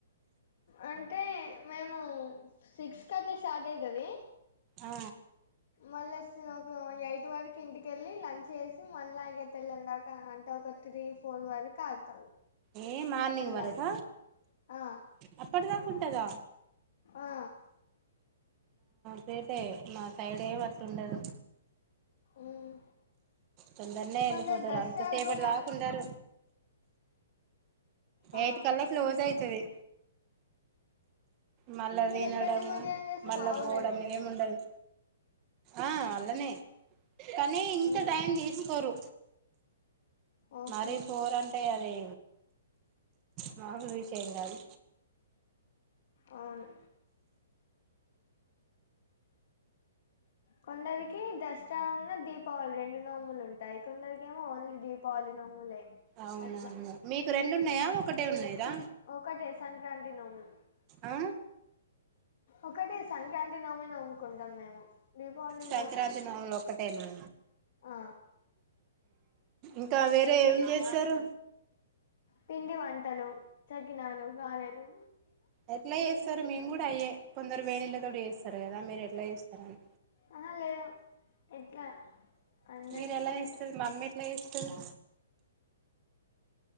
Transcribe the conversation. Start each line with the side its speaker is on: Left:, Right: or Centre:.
Left: అంటే మేము సిక్స్కి అట్లా స్టార్ట్ అయితది
Right: ఆ
Left: మళ స ఓ ఎయిట్ వరకు ఇంటికెళ్ళి లంచ్ చేేసి మళ్ళా ఇక తెల్లని దాకా అంట ఒక త్రీ ఫోర్ వరకు ఆడతాం
Right: ఏ మార్నింగ్
Left: తెల్లారి
Right: వరక
Left: ఆ
Right: అప్పటిదాకా ఉంటాదా
Left: ఆ
Right: సట మా సైడ్ ఏమి ఆట్లవుండదు
Left: మ్మ్
Right: తొందరనే వెళ్ళిపోతారు
Left: కొందరు దసరాకు
Right: అంత సేపటి
Left: కూడా
Right: దాకా ఉండరు
Left: ఆ
Right: ఎయిట్ కల్లా క్లోజ్ అయితది మళ్ళా
Left: మీరు
Right: వినడం
Left: ఎక్కడ నిమజ్జనం చేస్తే
Right: మళ్ళా
Left: వాగులనేనేమో
Right: పోవడం ఏముండదు ఆ వాళ్ళనే కానీ ఇంత
Left: మ్మ్
Right: టైం తీసుకోరు
Left: ఓహో
Right: మరి పూరంటాయి అదే మామూల్ విషయం కాదు
Left: అవును కొందరికి దసరా ఉన్న దీపావళి రెండు నోములు ఉంటాయి. కొందరికి ఏమో ఓన్లీ దీపావళి నోములే
Right: అవునవును
Left: అట్లా
Right: మీకు రెండు ఉన్నాయా ఒకటే ఉన్నాయిరా
Left: ఒకటే సంక్రాంతి నోము
Right: ఆ
Left: ఒకటే సంక్రాంతి నోమే నోముకుంటమ్ మేము దీపావళి
Right: సంక్రాంతి నోములు ఒక్కటేనా
Left: అ
Right: ఇకా వేరే ఏం జేస్తారు
Left: పిండి వంటలు చక్కినాలు గాారెలు
Right: ఎట్ల ఏజ్ సార్ మేము కూడా అయ్యే కొందరు వేన్నీళ్లతోని చేస్తారు కదా మీరు ఎట్లా చేస్తారని
Left: అహ లేవు ఇట్లా అందరు
Right: మీరు
Left: తీసినట్టు
Right: ఎలా చేస్తారు మమ్మీ ఎట్లా చేస్తది